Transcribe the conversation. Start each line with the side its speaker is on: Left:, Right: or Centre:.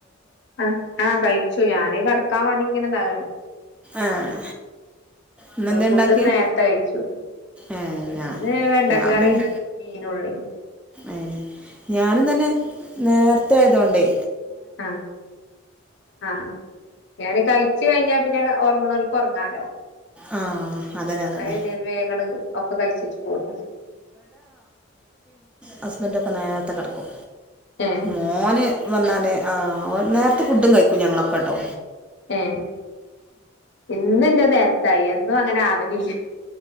Left: ആ ആകഴിച്ചു ഞാന് കടക്കാൻ വേണ്ടി ഇങ്ങനെ നിന്നതാണ്
Centre: ഏഹ് ഇന്നെന്തേ
Left: ഫുഡ്ന്ന്
Centre: ഉണ്ടാക്കിയേ
Left: നേരത്തെ കഴിച്ചു
Centre: ഏഹ്
Left: ഇന്ന്
Centre: ഞാൻ
Left: വെണ്ടക്ക
Centre: ഞാൻ
Left: കറിയും
Centre: പിന്നെ
Left: മീനുംള്ളേും
Centre: ഏ ഞാനും തന്നെ നേരത്തെ ആയതോണ്ടേ
Left: ആ ആ ഞാന് കഴിച്ച കഴിഞ്ഞാ പിന്നെ ഉറങ്ങണല്പ് ഉറങ്ങാലോ
Centre: ആ അതന്നെ അതന്നെ
Left: അഏതാണ് വേഗണ ഒക്കെ കഴിച്ചട്ടു പോട്ടെ
Centre: ഹസ്ബൻഡ ഒക്കെ നേരത്തെ കിടക്കും
Left: ഏഹ്
Centre: മോന് വന്നാലേ ആ ഒരു നേരത്തെ ഫുഡും കഴിക്കും ഞങ്ങളൊക്കെ കേട്ടോ
Left: ഉം ഇന്നന്റെ നേര- എന്തോ അങ്ങനെ ആവലില്ല